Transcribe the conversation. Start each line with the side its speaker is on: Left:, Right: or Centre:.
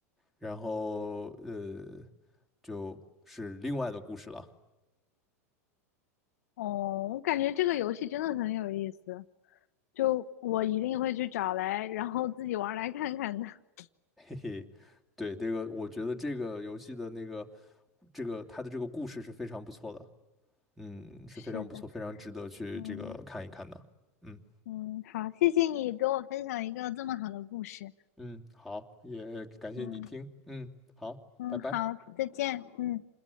Centre: 然后呃就是另外的故事了，
Left: 哦，我感觉这个游戏真的很有意思。就我一定会去找来，然后自己玩来看看的。<laughs>
Centre: 嘿嘿。对，这个我觉得这个游戏的那个这个它的这个故事是非常不错的，嗯，是非常不错，
Left: 是的，
Centre: 非常值得去这个看一看的。
Left: 嗯
Centre: 嗯
Left: 嗯，好，谢谢你给我分享一个这么好的故事。
Centre: 嗯，好，也感谢你听，
Left: 嗯
Centre: 嗯，好，
Left: 嗯，
Centre: 拜拜。
Left: 好，再见，嗯。